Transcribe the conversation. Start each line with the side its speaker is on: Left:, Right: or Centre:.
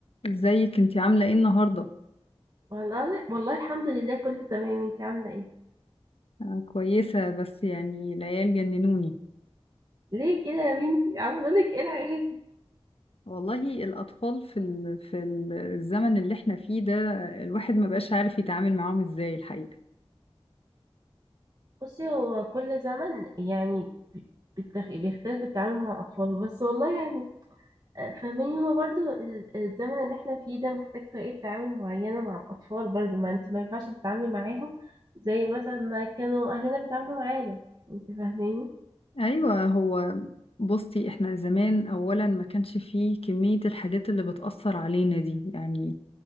Left: ازيك انتي عاملة ايه النهاردة؟
Right: والله والله الحمد لله كله تمام انتي عاملة ايه
Left: أنا كويسة بس يعني العيال جننوني
Right: ليه كده يا بنتي عاملة لك ايه العيال
Left: والله الأطفال في ال... في ال- الزمن اللي احنا فيه ده الواحد ما بقاش عارف يتعامل معاهم ازاي الحقيقة
Right: بصي هو كل زمن يعني ب- بتخ- بيختلف التعامل مع الأطفال بس والله يعني آه، فاهماني هو برضو ال- الزمن اللي احنا فيه ده محتاج طريقة تعامل معينة مع الأطفال برضو ما انتي ما ينفعش تتعاملي معاهم زي مثلا ما كانوا أهلنا بيتعاملوا معانا انتي فاهماني
Left: أيوة هو بصي احنا زمان أولا ما كانش فيه كمية الحاجات اللي بتأثر علينا دي يعني